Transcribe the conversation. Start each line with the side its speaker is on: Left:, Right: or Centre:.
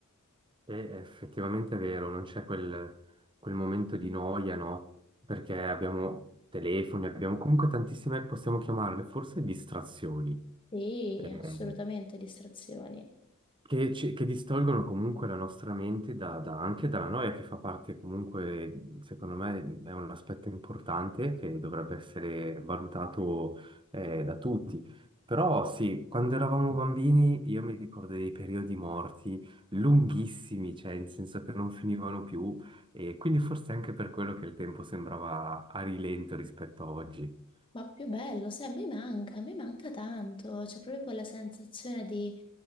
Right: È è effettivamente vero, non c'è quel, quel momento di noia, no? Perché abbiamo telefoni, abbiamo comunque tantissime, possiamo chiamarle forse distrazioni.
Left: Sì,
Right: Vero.
Left: assolutamente
Right: Ehm,
Left: distrazioni.
Right: che, ci- che distolgono comunque la nostra mente da- da- anche dalla noia, che fa parte comunque, secondo me, è un aspetto importante che dovrebbe essere valutato eh, da tutti. Però sì, quando eravamo bambini io mi ricordo dei periodi morti lunghissimi, cioè in senso che non finivano più, e quindi forse anche per quello che il tempo sembrava a rilento rispetto a oggi.
Left: Ma più bello, sai, a me manca, a me manca tanto, c'è proprio quella sensazione di,